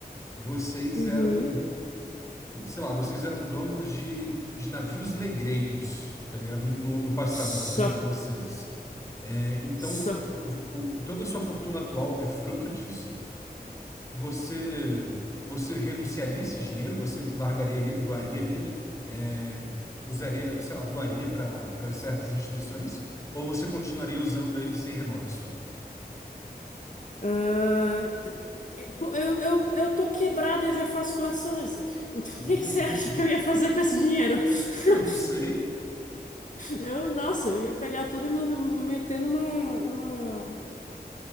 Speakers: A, on the left; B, on the left.
A: Vocês
B: Uhum.
A: eram sei lá, vocês eram donos de, de navios negreiros, tá ligado? No, no passado,
B: Só.
A: a família de vocês. É, então,
B: Só.
A: o- o- toda a sua fortuna atual é fruto disso. Você, você renunciaria a esse dinheiro? Você largaria ele, doaria ele? É, usaria, sei lá, doaria para para certas instituições? Ou você continuaria usando ele sem remorso?
B: Ah, pô, eu, eu, eu tô quebrada e eu já faço doações. Então,
A: <laughs>
B: o que que você acha que eu ia fazer com esse dinheiro?
A: Eu
B: <laughs>
A: não sei.
B: Eu, nossa, eu ia pegar tudo e manda- meter numa, numa,